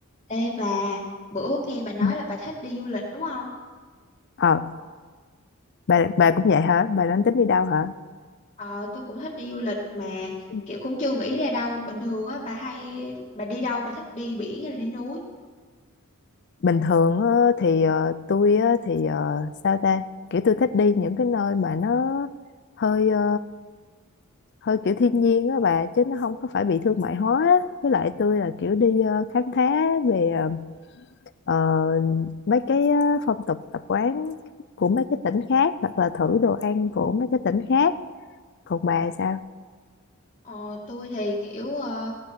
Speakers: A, on the left; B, on the left.
A: Ê bà, bữa nghe bà nói
B: Ừ.
A: là bà thích đi du lịch đúng không?
B: Ờ, bà
A: Ủa?
B: bà cũng vậy hả? Bà đang tính đi đâu hả?
A: Ờ, tôi cũng thích đi du lịch mà
B: Ừ.
A: kiểu cũng chưa nghĩ ra đâu. Bình thường á, bà hay, bà đi đâu, bà thích đi biển hay là đi núi?
B: Bình thường á, thì ờ, tôi á, thì ờ, sao ta? Kiểu tôi thích đi những cái nơi mà nó hơi ờ, hơi kiểu thiên nhiên á bà chứ nó không có phải bị thương mại hóa á. Với lại tôi là kiểu đi ờ, khám phá về ờ, mấy cái ờ, phong tục tập quán của mấy cái tỉnh khác hoặc là thử đồ ăn của mấy cái tỉnh khác. Còn bà sao?
A: Ờ, tôi thì kiểu ờ,